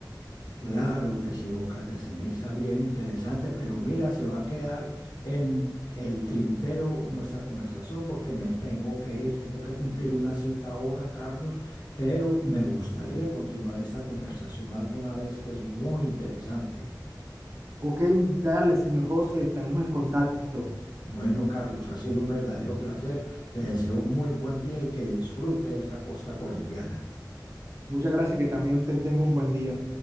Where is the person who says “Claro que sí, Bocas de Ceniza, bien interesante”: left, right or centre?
Left